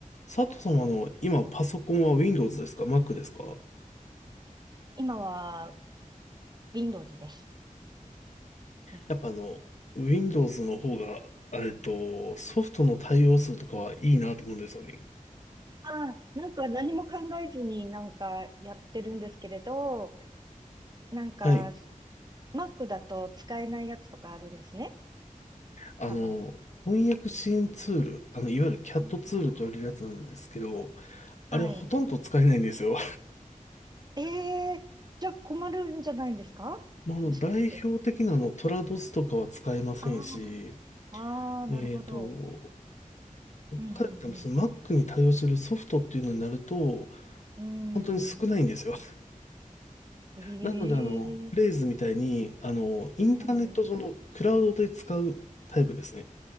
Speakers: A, on the left (about 55°); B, on the right (about 30°).
A: 佐藤さんはあの、今パソコンは Windows ですか Mac ですか
B: 今は Windows です。うん。
A: やっぱあの、Windows の方が、えっと、ソフトの対応数とかはいいなと思うんですよね。
B: ああ、なんか何も考えずになんかやってるんですけれど、なんか
A: はい。
B: Mac だと使えないやつとかあるんですね。
A: あの、
B: 多分。
A: 翻訳支援ツール、あの、いわゆる CAT
B: うんあ
A: ツールと言われるやつなんですけど、あれほとんど使えないんですよ。
B: あ、はい。ええじゃあ困るんじゃないんですかもしかして。
A: <laughs> もうあの、代表的なあの、トラドスとかは使えませんし、
B: ああ、ああ、
A: えっと、
B: なるほど。うん、
A: かその
B: うん、
A: Mac に対応してるソフトっていうのになると、
B: うん。
A: 本当に少ないんですよ。
B: うーん。ええ
A: なので、あの、フレーズみたいに、あの、インターネット上のクラウドで使うタイプですね。
B: はい。う